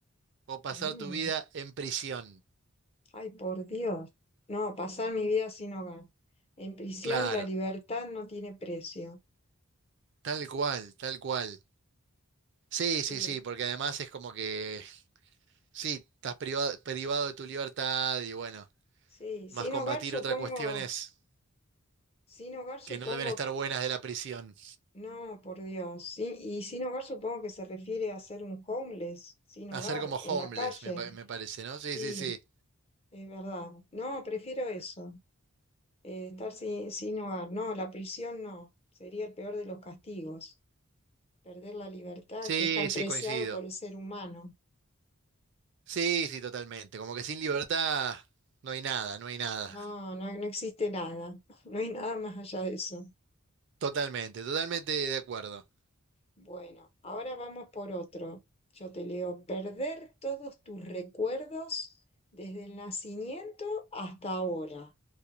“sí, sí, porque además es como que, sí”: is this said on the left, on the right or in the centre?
Right